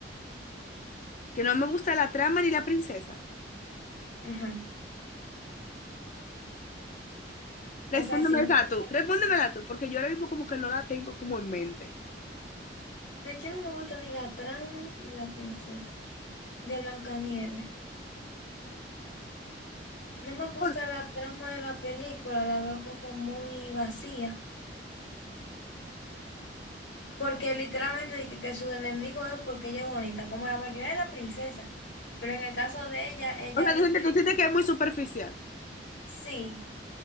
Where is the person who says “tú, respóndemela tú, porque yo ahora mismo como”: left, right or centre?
Left